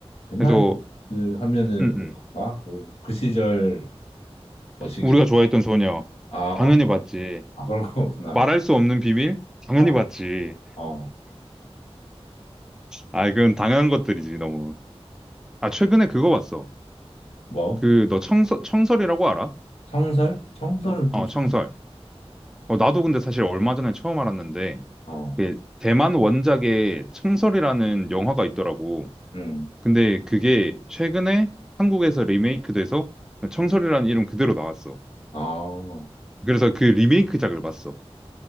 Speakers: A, on the left (about 70°); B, in the centre.
A: 대만
B: 그래서
A: 그 하면은
B: 응응
A: 그건가? 그, 그 시절 머시기
B: 우리가 좋아했던 소녀.
A: 아, 아,
B: 당연히
A: 그
B: 봤지.
A: 아 그런 거구나.
B: 말할 수 없는 비밀? 당연히
A: 아,
B: 봤지.
A: 어,
B: 아, 그건 당연한 것들이지, 너무. 아, 최근에 그거 봤어.
A: 뭐?
B: 그, 너 청설, 청설이라고 알아?
A: 청설? 청설은 또
B: 어,
A: 좀,
B: 청설. 어, 나도 근데 사실 얼마 전에 처음 알았는데,
A: 어,
B: 그, 대만 원작의 청설이라는 영화가 있더라고.
A: 음,
B: 근데 그게 최근에 한국에서 리메이크돼서 청설이라는 이름 그대로 나왔어.
A: 아, 어,
B: 그래서 그 리메이크작을 봤어.